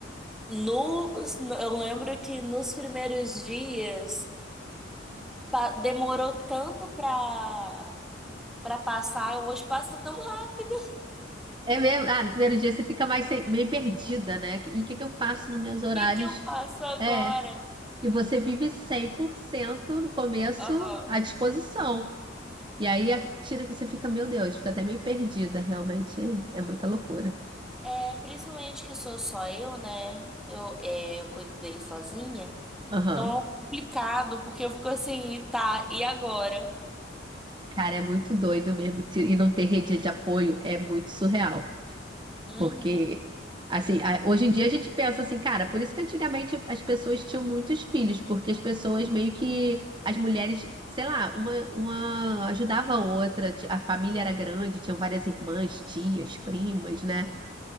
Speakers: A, in the centre; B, on the right.
A: no, eu lembro que nos primeiros dias pa- demorou tanto pra, pra passar. Hoje passa tão rápido. <laughs>
B: É mesmo? Ah, no primeiro dia você fica mais sem- meio perdida, né? E o que que eu faço nos meus horários?
A: O que que eu faço agora?
B: É. E você vive 100% no começo
A: aham
B: à disposição. E aí a tira que você fica, meu Deus, fica até meio perdida, realmente é muita loucura.
A: É, principalmente que sou só eu, né? Eu, é, eu cuido dele sozinha.
B: Aham.
A: Então é um complicado, porque eu fico assim, tá, e agora?
B: Cara, é muito doido mesmo. E não ter rede de apoio é muito surreal.
A: Uhum.
B: Porque, assim, a- hoje em dia a gente pensa assim, cara, por isso que antigamente as pessoas tinham muitos filhos, porque as pessoas meio que. As mulheres, sei lá, uma, uma ajudava a outra, ti- a família era grande, tinham várias irmãs, tias, primas, né?